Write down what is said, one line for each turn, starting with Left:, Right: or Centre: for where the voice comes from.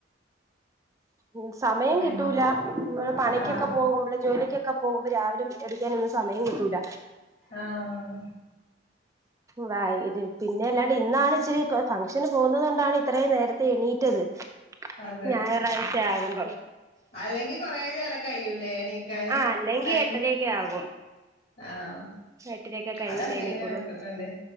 Right: ഉം സമയം
Left: പിന്നെ
Right: കിട്ടൂല നമ്മള് പണിക്കൊക്കെ
Left: ആഹ്
Right: പോകുമ്പള് ജോലിക്കൊക്കെ പോകുമ്പോ രാവിലെ മുറ്റടിക്കാനൊന്നും സമയം കിട്ടൂല
Left: ആഹ്
Right: വൈകിറ്റ് പിന്നെ അല്ലാണ്ട് ഇന്നാണ് ഇച്ചിരി പ്പൊ ഫംഗ്ഷന് പോകുന്നുന്നത് കൊണ്ടാണ് ഇത്രയും നേരത്തെ എണീറ്റത്
Left: അതെ
Right: ഞായറാഴ്ച്ചയാകുമ്പം
Left: അല്ലെങ്കി കൊറേ നേരം കയ്യുല്ലെ എണീക്കാന്
Right: ആ അല്ലെങ്കി
Left: ടൈം
Right: എട്ടരയൊക്കെ ആകും
Left: ആഹ്
Right: എട്ടരയൊക്കെ കഴിഞ്ഞിട്ടേ
Left: അതല്ലെങ്കിലും
Right: എണീക്കുള്ളൂ
Left: അങ്ങനത്തന്നെല്ലേ